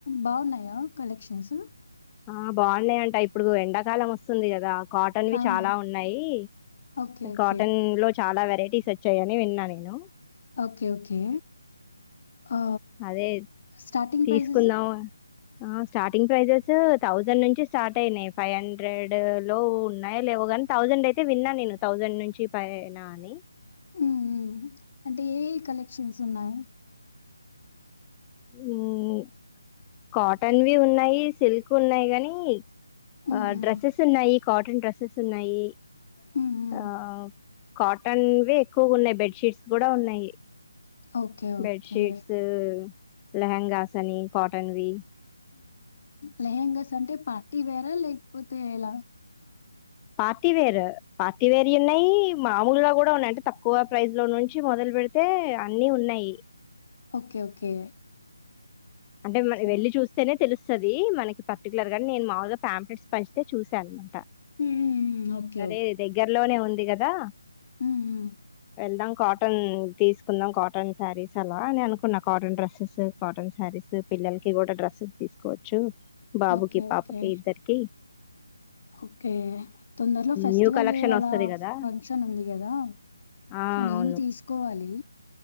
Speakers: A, on the left; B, on the left.
A: బాగున్నాయా కలెక్షన్స్
B: ఆ బాగున్నాయంట ఇప్పుడు ఎండాకాలం వస్తుంది కదా కాటన్ వి
A: అవునా
B: చాలా ఉన్నాయి
A: ఓకే ఓకే
B: కాటన్ లో చాలా వెరైటీ టి సచ్చయ్యనే <unintelligible> వెళ్ళా నీను
A: ఓకే ఓకే ఆ
B: అదే
A: స్టార్టింగ్
B: తీసుకుందాం
A: ప్రైజెస్
B: ఆ స్టార్టింగ్ ప్రైజెస్ థౌజండ్ నుంచి స్టార్ట్ అయినాయి ఫైవ్ హండ్రెడ్ లో ఉన్నాయి లేవు కాని థౌజండ్ అయితే విన్నా నేను థౌజండ్ నుంచి పైన అని
A: మ్మ్ అంటే ఏ ఏ కలెక్షన్స్ ఉన్నాయ్
B: మ్మ్ కాటన్ వి ఉన్నాయి సిల్క్ వి ఉన్నాయి కాని
A: మ్మ్
B: ఆ
A: మ్మ్
B: డ్రెస్సెస్ ఉన్నాయి కాటన్ డ్రెస్సెస్ ఉన్నాయి
A: మ్మ్ మ్మ్
B: ఆ కాటన్వి ఎక్కువగా ఉన్నాయి బెడ్షీట్స్ కూడా ఉన్నాయి
A: ఓకే
B: బెడ్షీట్స్
A: ఓకే
B: లెహెంగాసని కాటన్ వి
A: లెహెంగస్ అంటే పార్టీ వేరా లేకపోతే ఎలా
B: పార్టీవేరు పార్టీ వేరుయి ఉన్నాయ్ మామూలుగా కూడా ఉన్నాయి అంటే తక్కువ ప్రైస్ లో నుంచి మొదలు పెడితే అన్నిీ ఉన్నాయి
A: ఓకే ఓకే
B: అంటే
A: అట్లాగట్లా.
B: మరి వెల్లి చూస్తేనే తెలుస్తు స్తది మనకి పర్టికులర్ గా నేన్ మాముూలుగ పామ్ప్లెట్స్ పంచితే చూశానున మాట
A: హ్మ్. హ్మ్. హ్మ్. ఓకే.
B: సరే దగ్గరలోనే ఉంది కదా
A: ఉహు
B: వెళ్దాం కాటన్ తీసుకుందాం కాటన్ శారీస్ అలా అని అనుకున్నా కాటన్ డ్రెస్సెస్ కాటన్ శారీస్ పిల్లలకి కూడా డ్రెస్సెస్ తీసుకోవచ్చు బాబుకి
A: ఓకే.
B: పాపకి
A: ఓకే.
B: ఇద్దరికి
A: ఓకే తొందరలో ఫెస్టివల్
B: న్యూ కలెక్షన్
A: అలా
B: వస్తది కదా
A: ఫంక్షన్ ఉంది కదా
B: ఆ
A: సో నేను
B: అవును
A: తీసుకోవాలి